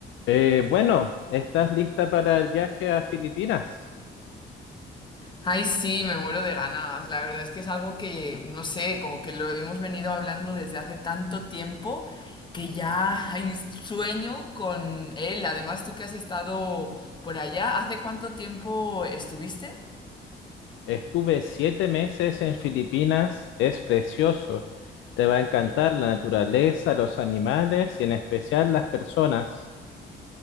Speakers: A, on the left; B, on the left.
A: Eh, bueno, ¿estás lista para el viaje a Filipinas?
B: Ay, sí, me muero de ganas. La verdad es que es algo que, no sé, como que lo hemos venido hablando desde hace tanto tiempo que ya hay sueño con él. Además, tú que has estado por allá, ¿hace cuánto tiempo estuviste?
A: Estuve siete meses en Filipinas, es precioso. Te va a encantar la naturaleza, los animales y en especial las personas.